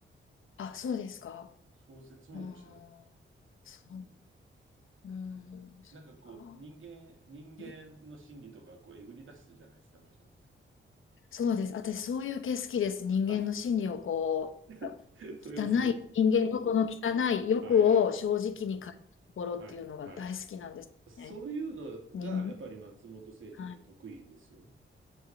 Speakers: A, on the left; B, on the right.
A: あ、そうですか。
B: 小説も面白い。
A: うーん。そう
B: うん。
A: うん、そっか。
B: なんかこう、人間、人間の心理とか、
A: い
B: こう、えぐり出すじゃないですか、あの人。
A: そうです。私、そういう系好きです。人間の心理をこう、
B: あ、<laughs> そういうの好き
A: 汚い、人間のこの汚い欲を正直に変えたところっていうのが大好きなんですね。
B: はいはい。はい、はい。そういうのが、
A: 人、
B: やっぱり松本清張って得意ですよね。
A: はい。